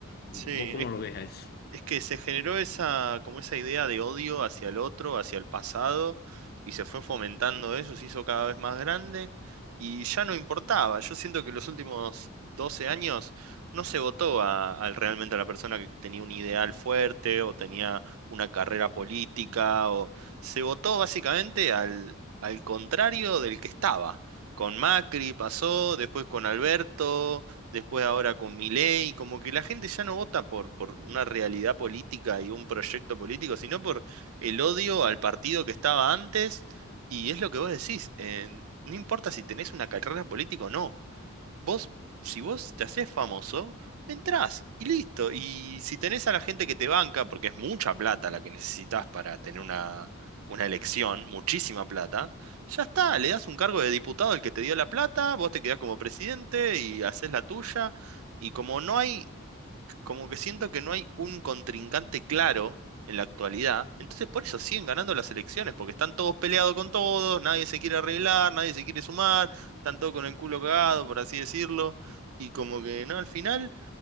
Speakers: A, on the left; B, on the right.
A: ¿Vos
B: sí,
A: cómo
B: es
A: lo ves a eso?
B: Es que se generó esa, como esa idea de odio hacia el otro, hacia el pasado, y se fue fomentando eso, se hizo cada vez más grande, y ya no importaba. Yo siento que los últimos 12 años no se votó a, a realmente a la persona que tenía un ideal fuerte o tenía una carrera política, o se votó básicamente al, al contrario del que estaba. Con Macri pasó, después con Alberto después ahora con Milei, como que la gente ya no vota por, por una realidad política y un proyecto político, sino por el odio al partido que estaba antes, y es lo que vos decís, eh, no importa si tenés una carrera política o no, Vos, si vos te haces famoso, entrás y listo. Y si tenés a la gente que te banca, porque es mucha plata la que necesitas para tener una, una elección, muchísima plata, ya está, le das un cargo de diputado al que te dio la plata, vos te quedás como presidente y haces la tuya. Y como no hay como que siento que no hay un contrincante claro en la actualidad, entonces por eso siguen ganando las elecciones, porque están todos peleados con todos, nadie se quiere arreglar, nadie se quiere sumar, están todos con el culo cagado, por así decirlo, y como que no, al final